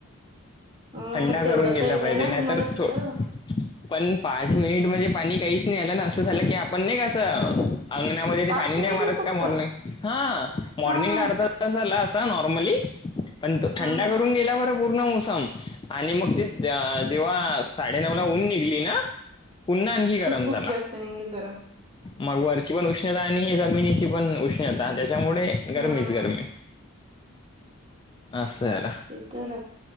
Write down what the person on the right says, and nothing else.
ह
पण तेवढा
तर येत
आहे ना
तुम्हाला तिकडं
पाच
मिनिटच
फक्त
हा हा
हा हा
हा
तर खूप
जास्त निघली गरम
हम्म
ते तर